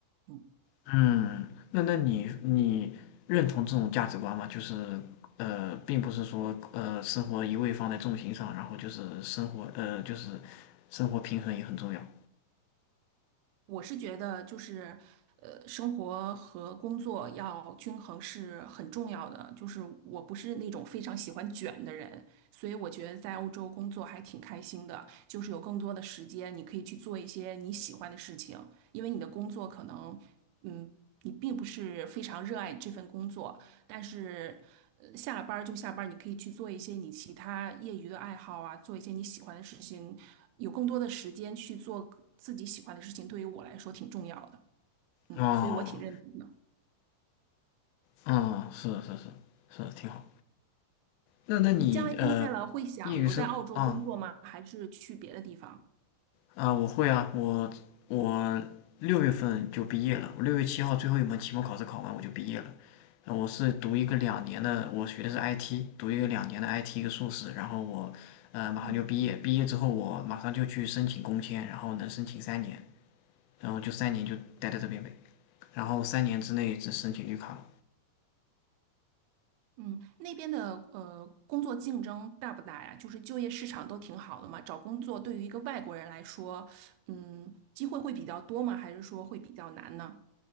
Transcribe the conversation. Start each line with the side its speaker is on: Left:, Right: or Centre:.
Right: 嗯。
Left: 嗯，那那你你认同这种价值观吗？就是呃，并不是说呃生活一味放在重心上，然后就是生活呃就是生活平衡也很重要。
Right: 我是觉得就是，呃，生活和工作要均衡是很重要的。就是我不是那种非常喜欢卷的人，所以我觉得在欧洲工作还挺开心的，就是有更多的时间，你可以去做一些你喜欢的事情，因为你的工作可能，嗯，你并不是非常热爱这份工作，但是，呃，下了班儿就下班儿，你可以去做一些你其他业余的爱好啊，做一些你喜欢的事情，有更多的时间去做自己喜欢的事情，对于我来说挺重要的。嗯，
Left: 哦，
Right: 所以我挺认同的。
Left: 嗯，是是是是，挺好。那那你呃
Right: 你将来毕业了会想留在澳洲工作吗？
Left: 业余生啊。
Right: 还是去别的地方？
Left: 啊，我会啊，我我六月份就毕业了，我六月七号最后一门期末考试考完我就毕业了。呃我是读一个两年的，我学的是 IT，读一个两年的 IT 一个硕士，然后我呃马上就毕业，
Right: 嗯
Left: 毕业之后我马上就去申请工签，然后能申请三年，然后就三年就待在这边呗，然后三年之内只申请绿卡。
Right: 嗯，那边的呃工作竞争大不大呀？就是就业市场都挺好的嘛，找工作对于一个外国人来说，嗯，机会会比较多吗？还是说会比较难呢？